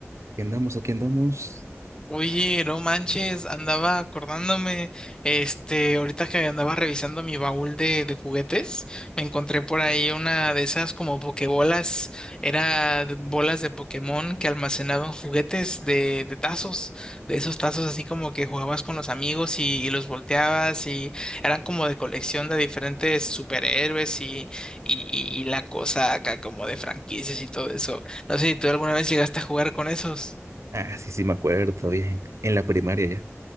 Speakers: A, on the right (about 75°); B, on the left (about 15°).
A: Aquí andamos, aquí andamos.
B: Oye, no manches, andaba acordándome, este, ahorita que andaba revisando mi baúl de, de juguetes, me encontré por ahí una de esas como pokebolas, era de- bolas de Pokémon que almacenaban juguetes de, de tazos, de esos tazos así como que jugabas con los amigos y, y los volteabas y eran como de colección de diferentes superhéroes y, y, y y la cosa acá como de franquicias y todo eso. No sé si tú alguna vez llegaste a jugar con esos.
A: Ah, sí, sí, me acuerdo bien. En la primaria ya.